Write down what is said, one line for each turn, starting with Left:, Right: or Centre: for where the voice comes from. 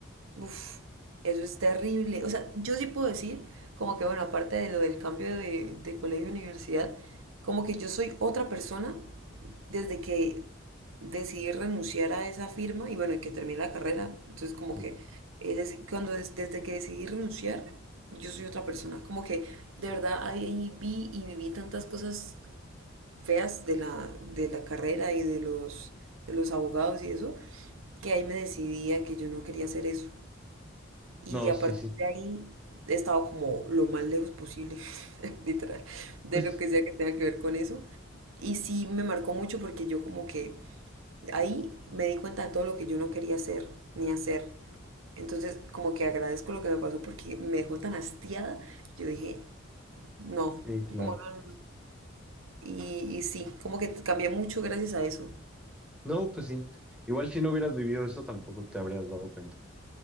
Right: Uf, eso es terrible. O sea, yo sí puedo decir, como que bueno, aparte de lo del cambio de, de colegio a universidad, como que yo soy otra persona desde que decidí renunciar a esa firma y bueno, y que terminé la carrera. Entonces, como
Centre: Sí.
Right: que eh, desde, cuando des- desde que decidí renunciar, yo soy otra persona. Como que de verdad ahí vi y viví tantas cosas feas de la, de la carrera y de los, de los abogados y eso, que ahí me decidí a que yo no quería hacer eso. Y
Centre: No,
Right: a
Centre: sí,
Right: partir
Centre: sí.
Right: de ahí he estado como lo más lejos posible, <laughs> literal, de
Centre: <laughs>
Right: lo que sea que tenga que ver con eso. Y sí me marcó mucho porque yo como que ahí me di cuenta de todo lo que yo no quería hacer ni hacer. Entonces como que agradezco lo que me pasó porque me dejó tan hastiada. Yo dije, no.
Centre: Sí, claro.
Right: como no. y, y sí, como que cambié mucho gracias a eso.
Centre: No, pues sí. Igual si no hubieras vivido eso, tampoco te habrías dado cuenta.